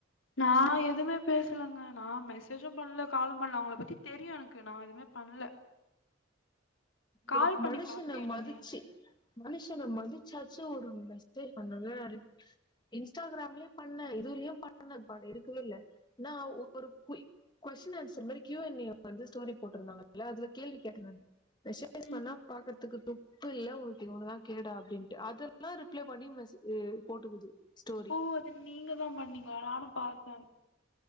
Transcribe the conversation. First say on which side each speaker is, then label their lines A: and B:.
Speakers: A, on the left; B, on the left.
A: நா எதுவுமே பேசலங்க நா மெசேஜும் பண்ல காலும் பண்ல அவுங்கள பத்தி தெரியு எனக்கு நா எது மே பண்ல கால்
B: ஒரு
A: பண்ணி
B: மனுஷன
A: பாக்கலையா
B: மதிச்சு
A: நீங்க
B: மனுஷன மதிச்சாச்சு ஒரு மெசேஜ் பண்ணுல ரிப் இன்ஸ்டாகிராம்லையும் பண்ணே இதுலயும் பண்ணே ப எடுக்கவே இல்ல நா ஒரு பொய் கொஸ்டின் ஆன்சர் மாரி கியூஎன்ஏ வந்து ஸ்டோரி போட்டிருந்தாங்களா அதுல கேள்வி கேட்ருந்தாங்க ஸ்டோரிஸ்
A: ம்
B: பண்ணா பாக்ருதுக்கு தூக் உப்பு இல்ல உனக்கு இது ஒன்னு தா கேடா அப்டின்னுட்டு அதெல்லா ரிப்ளே பண்ணி மெசே போட்டுக்குது ஸ்டோரி
A: ஓ அது நீங்க தா பண்ணீங்களா நானு பாத்தே